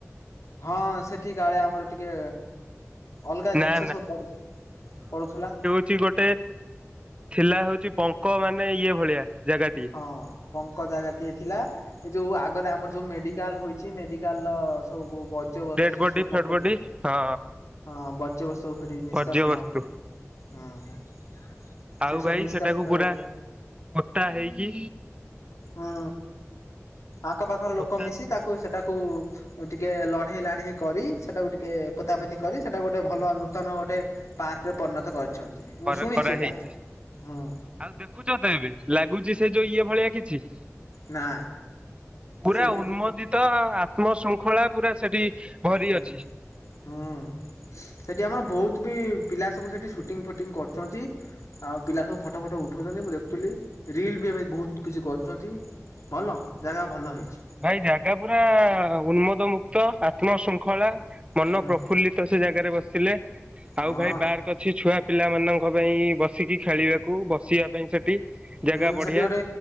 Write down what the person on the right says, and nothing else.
ନା
ଠି ଗୋଟେ ଥିଲା ହଉଚି ପଙ୍କ ମାନେ ଇଏ ଭଳିଆ ଜାଗାଟିଏ
ଡେଡ
ବଡି
ଫେଡ
ବଡି ହଁ
ବର୍ଜ୍ୟବସ୍ତୁ
ଆଉ
ଭାଇ
ସେଟାକୁ ପୁରା
ପୋତା ହେଇକି
ପୋତା
କରା
କରାହେଇଛି।
ଆଉ ଦେଖୁଛ ତ ଏବେ ଲାଗୁଚି ସେ ଯୋଉ ଇଏ ଭଳିଆ କିଛି।
ପୁରା
ଉନ୍ମୋଦିତ ଆତ୍ମ ଶୃଙ୍ଖଳା ପୁରା ସେଠି ଭରି
ଅଛି।
ଭାଇ ଜାଗା ପୁରା ଉନ୍ମୋଦ ମୁକ୍ତ ଆତ୍ମ ଶୃଙ୍ଖଳା। ମନ
ପ୍ରଫୁଲ୍ଲିତ ସେ ଜାଗାରେ ବସିଲେ
ଆଉ ଭାଇ ପାର୍କ ଅଛି ଛୁଆ ପିଲାମାନଙ୍କ ପାଇଁ ବସିକି ଖେଳିଆକୁ ବସିବା ପାଇଁ ସେଠି। ଜାଗା
ବଢିଆ